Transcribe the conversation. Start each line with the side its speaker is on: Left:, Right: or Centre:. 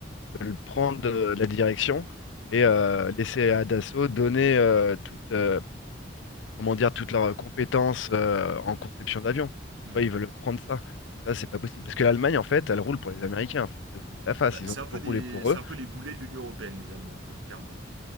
Left: veulent prendre euh, la direction
Right: Mhm.
Left: et euh, laisser à Dassault donner euh, toute, euh, comment dire, toutes leurs compétences euh, en conception d'avion. Tu
Right: Mhm.
Left: vois, ils veulent prendre ça. Et ça, c'est pas possible. Parce que l'Allemagne, en fait, elle roule pour les Américains, faut pas se voiler la face.
Right: Bah,
Left: Ils
Right: c'est
Left: ont
Right: un peu
Left: toujours
Right: des,
Left: roulé pour
Right: c'est
Left: eux.
Right: un peu les boulets de l'Union européenne, les Allemands, hein, clairement.